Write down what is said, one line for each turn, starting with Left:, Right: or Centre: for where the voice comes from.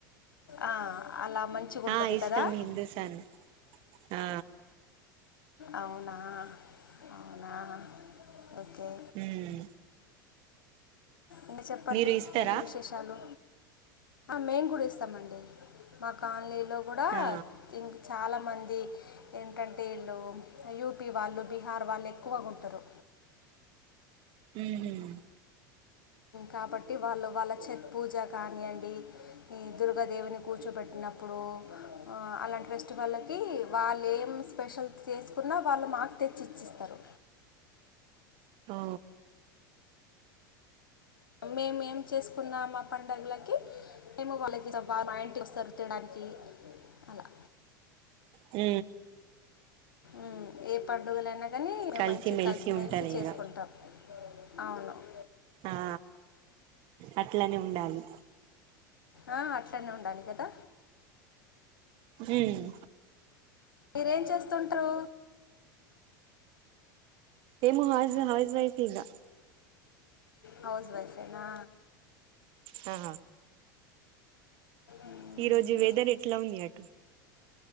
Left: ఆ అలా మంచిగా ఉంటుంది
Right: ఆ ఇష్టటమ్
Left: కదా
Right: హిందూస్తాన్ ఆ
Left: అవునా అవునా ఓకే
Right: మ్మ్
Left: ఇకా చెప్పండి
Right: మీరు ఇస్తారా
Left: ఏంటి విశేషాలు మేము కూడా వస్తామండి మా కాలనీలో కూడా
Right: ఆ
Left: ఇం చాలామంది ఏంటంటే ఇళు యూపీ వాళ్ళు బీహార్ వాళ్ళు ఎక్కువగా ఉంటరు
Right: ఉ హ్మ్
Left: కాబట్టి వాళ్ళు వాళ్ళ చెత్ పూజ కానియండి ఈ దుర్గాదేవిని కూర్చోబెట్టిన న్నప్పుడు అలాంటి ఫెస్టివల్కి వాళ్ళు ఏం స్పెషల్ చేసుకున్న వాళ్ళు మా మాక్ తెచ్చి ఇచ్చిస్తారు
Right: ఓ
Left: మేమేం చేసుకున్నా మా పండుగలకి మేము వాళ్ళకి మా ఇంటికి వస్తారు తినడానికి అలా
Right: ఊ
Left: ఉ ఏ పండుగలన్న కాని
Right: కలిసి
Left: మంచి
Right: మెలిసి
Left: కలిసిమెలిసి
Right: ఉంటారు
Left: చేసుకుంటాం
Right: ఇగ
Left: అవునవును
Right: ఆ అట్లనే ఉండాలి
Left: ఆ అట్లనే ఉండాలి కదా
Right: మ్మ్
Left: మీరేం చేస్తుంట్రు
Right: మేము హౌజ్ హౌజ్ వైఫ్ ఇగా
Left: హౌస్ వైఫేనా
Right: హా
Left: ఉమ్,
Right: ఈ రోజు వెదర్ ఎట్లా ఉంది అటు